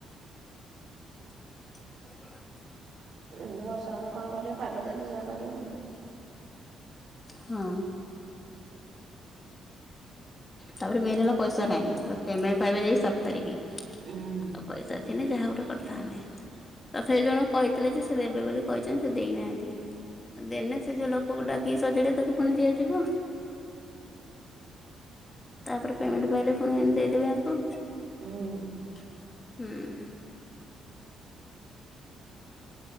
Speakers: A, on the left (about 25°); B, on the right (about 55°).
A: ହ ହ
B: ଏମିତି ବର୍ଷା ହେଲେ କଣ କରିବେ ପାଗ ଦେଲେ ଯାହା କରିବେ ଆଉ।
A: ହଁ। ତାପରେ ମେନ୍ ହେଲା ପଇସା ନାହିଁ ପେମେଣ୍ଟ ପାଇବେ ଯାଇକି ସାତ ତାରିଖ।
B: ହୁଁ।
A: ଆଉ ପଇସା ଥିନେ ଯାହା ଗୋଟେ କରିଥାନ୍ତେ। ତଥାପି ଜଣକୁ କହିଥିଲେ ଯେ ସେ ଦେବେ ବୋଲି କହିଛନ୍ତି ସେ ଦେଇନାହାନ୍ତି। ଆଉ ଦେନେ ସେ ଯୋଉ ଲୋକ କୁ ଡାକିଲି ସଜାଡାବେ ତାକୁ ପୁଣି ଦିଆଯିବ। ତାପରେ ପେମେଣ୍ଟ ପାଇଲେ ପୁଣି ଦେଇଦବି ଆକୁ
B: ହୁଁ
A: ହୁଁ ‌।